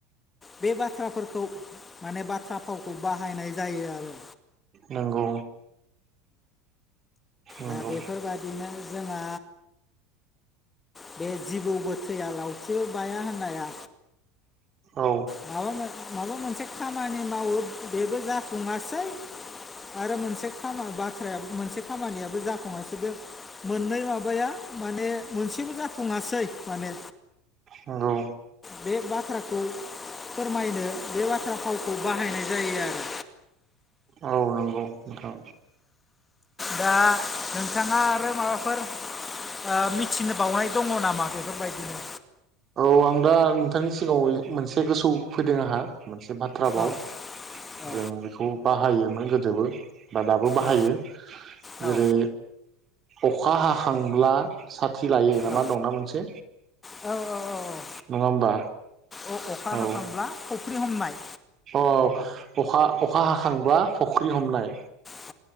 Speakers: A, on the left; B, on the right.
A: बे बाथ्राफोरखौ माने बाथ्रा फावखौ बाहायनाय जायो आरो।
B: नंगौ नंगौ
A: दा बेफोरबादिनो जोंहा बे जिबौ बो थैया लावथिबो बाया होननाया
B: औ
A: माबा माबा मोनसे खामानि मावो बेबो जाफुंङासै आरो मोनसे खाम बाथ्रा मोनसे खामानियाबो जाफुंङासै बे मोननै माबाया माने मोनसेबो जाफुनङासै माने
B: नंगौ
A: बे बाथ्राखौ फोरमायनो बे बाथ्रा फावखौ बाहायनाय जायो आरो।
B: औ नंगौ नोंथां
A: दा नोंथांङा आरो माबाफोर ओ मिथिनो बावनाय दंङ नामा बेफोरबायदिनो
B: औ आं दा नोंथांनि सिगांङाव मोनसे गोसो फैदों आंहा मोनसे बाथ्रा बाव
A: औ औ
B: जों बेखौ बाहायोमोन गोदोबो बा दाबो बाहायो
A: औ औ
B: जेरै अखा हाखांब्ला साथि थि लायो
A: औ
B: मा दंना मोनसे
A: औ औ औ।
B: नङा होमबा
A: अ- अखा हाखांब्ला
B: औ
A: फुख्रि हमनाय
B: अ अखा अखा हाखांबा फख्रि हमनाय
A: औ हा औ